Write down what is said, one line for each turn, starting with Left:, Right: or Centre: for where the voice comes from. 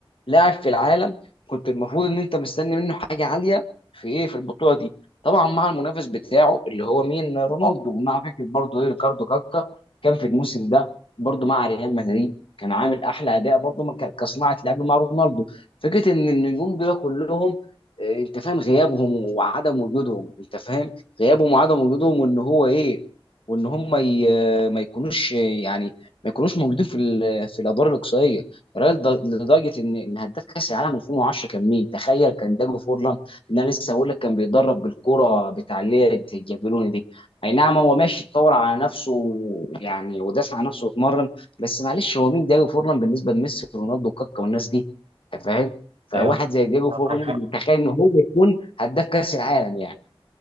Left: لاعب في العالم كنت المفروض ان انت مستني منه حاجه عاليه في ايه في البطوله دي طبعا مع المنافس بتاعه اللي هو مين رونالدو ومع فكره برضه ايه ريكاردو كاكا كان في الموسم ده برضه مع ريال مدريد كان عامل احلى اداء برضه ك- كصناعه لعب مع رونالدو فكره ان النجوم دول كلهم آه، انت فاهم غيابهم وعدم وجودهم انت فاهم غيابهم وعدم وجودهم وان هو ايه وان هم ي... ما يكونوش يعني ما يكونوش موجودين في ال- في الادوار الاقصائيه الراجل ده- لدرجه ان ان هداف كاس العالم 2010 كان مين تخيل كان داجو فورلان اللي انا لسه هقول لك كان بيتدرب بالكره بتاع اللي هي الجابلوني دي اي نعم هو ماشي اتطور على نفسه و- يعني ودافع عن نفسه واتمرن بس معلش هو مين داجو فورلان بالنسبه لميسي ورونالدو وكاكا والناس دي أنت فاهم فواحد
Right: ايوه
Left: زي ديجو
Right: معاك
Left: فورلان
Right: حق
Left: تخيل ان هو يكون هداف كاس العالم يعني